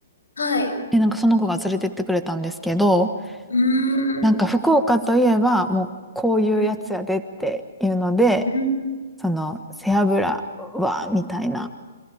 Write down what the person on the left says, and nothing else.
はい。
うー
ん。
うん。うん。